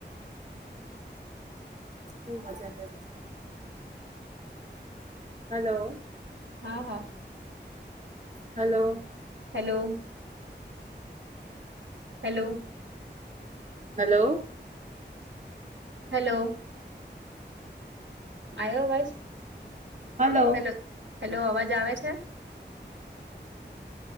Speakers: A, on the right; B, on the right.
A: બહુ મજા કરી છે. હલો
B: હા હા
A: hello
B: hello hello
A: hello
B: hello આવ્યો અવાજ
A: હલો
B: હેલો હેલો અવાજ આવે છે?